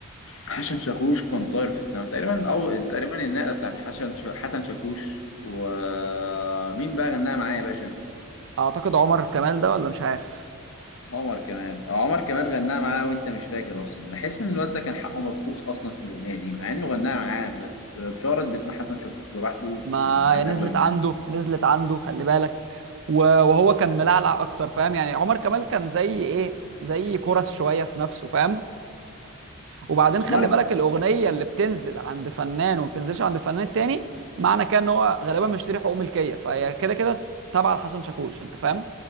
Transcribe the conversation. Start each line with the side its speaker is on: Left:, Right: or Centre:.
Left: حسن شاكوش كان طاير في السماء تقريبا او تقريبا النقله بتاعت حسن حسن شاكوش ومين بقى غناها معايا يا باشا
Right: اعتقد عمر كمال ده ولا مش عارف
Left: عمر كمال آه، عمر كمال غناها معاه وانت مش فاكر اصلا بحس ان الواد ده كان حقه مبخوص اصلا في الاغنيه دي مع انه غناها معاه بس اتشهرت باسم حسن شاكوش لوحده
Right: ما
Left: عند
Right: نزلت
Left: اغلب الناس
Right: عنده نزلت عنده خلي بالك و- وهو كان ملعلع اكتر فاهم يعني عمر كمال كان زي ايه زي كرس شويه في نفسه فاهم وبعدين خلي
Left: عمر
Right: بالك الاغنيه اللي بتنزل عند فنان وما بتنزلش عند فنان التاني معنى كده ان هو غالبا مشتري حقوق ملكيه فهي كده كده تابعه لحسن شاكوش انت فاهم